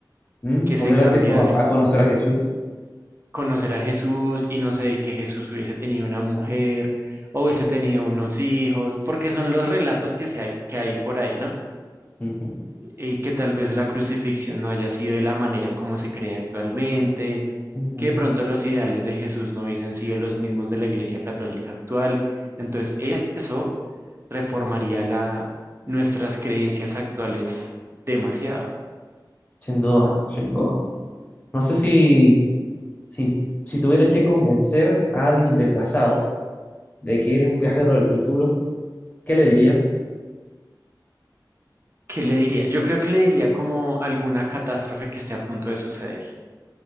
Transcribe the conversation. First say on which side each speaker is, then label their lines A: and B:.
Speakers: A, on the left; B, on the right.
A: ¿Mm?
B: que
A: Volver
B: se cambias
A: al tiempo a, a conocer a Jesús.
B: conocer a Jesús y no sé, que Jesús hubiese tenido una mujer o hubiese tenido unos hijos, porque son los relatos que, se hay, que hay por ahí, ¿no?
A: Ujú,
B: Y que tal vez la crucifixión no haya sido de la manera como se cree actualmente,
A: ujú.
B: que de pronto los ideales de Jesús no hubiesen sido los mismos de la Iglesia Católica actual. Entonces, eso reformaría la, nuestras creencias actuales demasiado.
A: Sin duda, sin duda. No sé si, si, si tuvieras que convencer a alguien del pasado de que eres un viajero del futuro, ¿qué le dirías?
B: ¿Qué le diría? Yo creo que le diría como alguna catástrofe que esté a punto de suceder